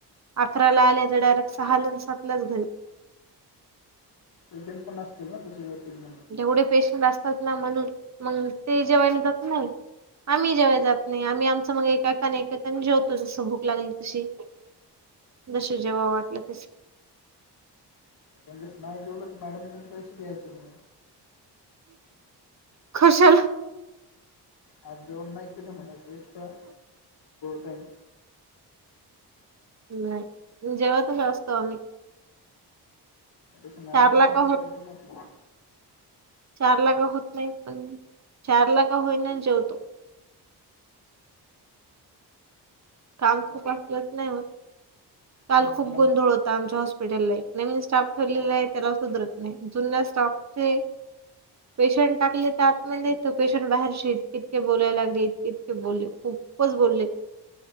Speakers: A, on the right; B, on the left.
A: अकरा ला आल्या तर डायरेक्ट सहा लाोून सातलाच घरी
B: एजंट पण असतील ना त वेटिंग
A: जेवढे पेशंट असतात ना म्हणून मग ते जेवायला जात नाही आम्ही जेव्हा जात नाही आम्ही आमचं मग एकाने एकाक जेवतो जसं भूक लागली तशी जस जेव्हा वाटलं तस
B: त्यांच्याच नाही जेवलंत मॅडमऊन पैसे घ्यायच म
A: खशल
B: आ जे अन्याय केले म्हण एकक्स्ट्रा टइम.
A: नाही जेवतच असतो आम्ही
B: तसं मॅडमला
A: चारला
B: सांगितलं
A: का
B: तर म मला
A: चार लाग होत नाही पण चार लाग होईना जेवतो. काम खूप
B: जरा
A: असलंच नाही हो काल
B: तुम्ही
A: खूप
B: मॅडम
A: गोंधळ होत. आमच्या हॉस्पिटलला एक नवीन स्टाफ ठेवलेला
B: हो
A: आहे
B: का
A: त्याला सुधरत नाही जुन्या स्टाफचे पेशंट टाकले तर आत मण तो पेशंट बाहेरशी तितके बोलायला लागलेत. बोलले खूपच बोलले.